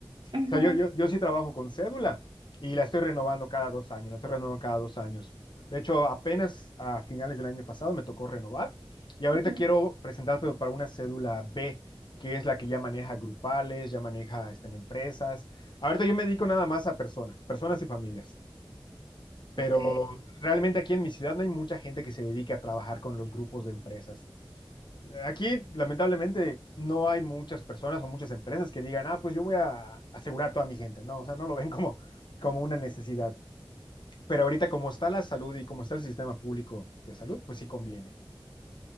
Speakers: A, on the right (about 65°); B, on the left (about 60°).
A: ujú,
B: O sea, yo, yo, yo sí trabajo con cédula y la estoy renovando cada dos años, la estoy renovando cada dos años. De hecho, apenas a finales del año pasado me tocó renovar y ahorita
A: ujú,
B: quiero presentar, pero para una cédula B, que es la que ya maneja grupales, ya maneja este, en empresas. Ahorita yo me dedico nada más a personas, personas y familias, pero
A: ok.
B: realmente aquí en mi ciudad no hay mucha gente que se dedique a trabajar con los grupos de empresas. Aquí, lamentablemente, no hay muchas personas o muchas empresas que digan, ah, pues yo voy a asegurar a toda mi gente, ¿no? O sea, no lo ven como, como una necesidad. Pero ahorita, como está la salud y como está el sistema público de salud, pues sí conviene.